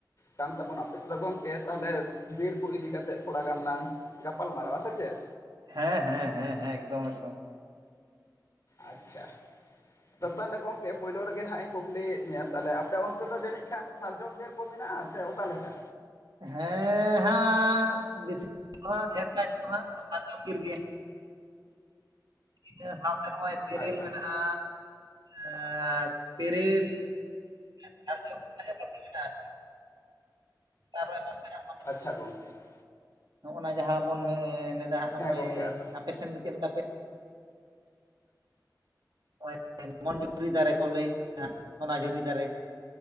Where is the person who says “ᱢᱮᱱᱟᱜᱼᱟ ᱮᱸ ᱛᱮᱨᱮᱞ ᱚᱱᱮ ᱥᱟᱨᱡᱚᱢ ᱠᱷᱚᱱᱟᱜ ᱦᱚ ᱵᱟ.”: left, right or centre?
Right